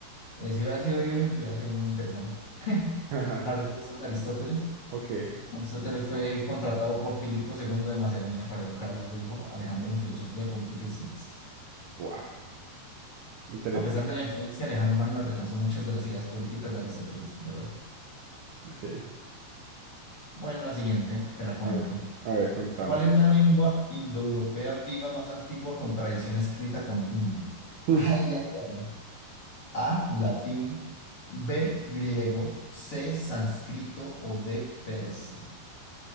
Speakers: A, on the left; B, on the right.
A: Eh, si hubiera sido Diógenes, hubiera sido muy interesante. <laughs>
B: <laughs>
A: La respuesta es Aristóteles.
B: Ok.
A: Aristóteles fue contratado por Filipo II de Macedonia para educar a su hijo Alejandro en filosofía, política y ciencia.
B: Wow. Interesante.
A: A pesar de la influencia, Alejandro Magno rechazó muchas de las ideas políticas de Aristóteles, ¿verdad?
B: Ok.
A: Bueno, la siguiente, te la cuento.
B: A ver, a ver, contame.
A: ¿Cuál es
B: <laughs>
A: la lengua indoeuropea viva más antigua con tradición escrita continua?
B: Mm,
A: Ay, ay, ay. A, latín, B, griego, C, sánscrito o D, persa.